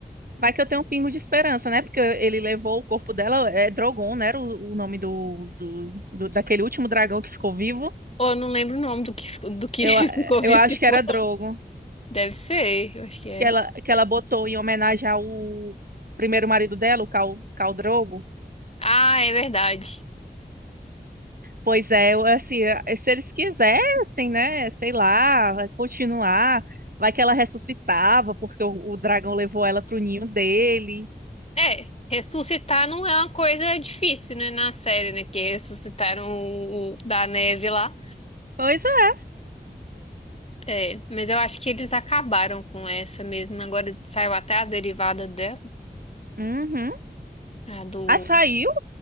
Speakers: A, on the right; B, on the left.
A: Vai que eu tenho um pingo de esperança, né? Porque ele levou o corpo dela, é Drogon, né? Era o, o nome do, do, do- daquele último dragão que ficou vivo.
B: ou eu não lembro o nome do que, ficou- do que
A: Eu,
B: <laughs>
A: eh,
B: ficou
A: eu
B: vivo,
A: acho
B: que ficou
A: que era
B: só,
A: Drogo.
B: um. deve ser, eu acho que é,
A: que ela, que ela botou em homenagem ao primeiro marido dela, o Cal, Cal Drogo.
B: ah, é verdade,
A: Pois é, eu, assim, eh, se eles quisessem, né, sei lá, vai continuar, vai que ela ressuscitava, porque o, o dragão levou ela pro ninho dele.
B: é, ressuscitar não é uma coisa difícil, né, na série, né, que ressuscitaram o o da neve lá,
A: Pois é.
B: É, mas eu acho que eles acabaram com essa mesmo. Agora saiu até a derivada dela,
A: Uhum.
B: a do,
A: Ah, saiu?